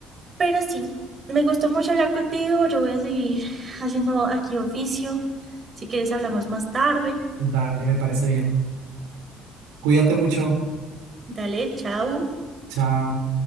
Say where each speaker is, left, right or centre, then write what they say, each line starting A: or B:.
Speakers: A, on the right (about 40°); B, on the right (about 85°).
A: Pero sí, me gustó mucho hablar contigo, yo voy a seguir haciendo aquí oficio. Si quieres hablamos más tarde.
B: Dale, me parece bien. Cuídate mucho.
A: Dale, chao.
B: Chao.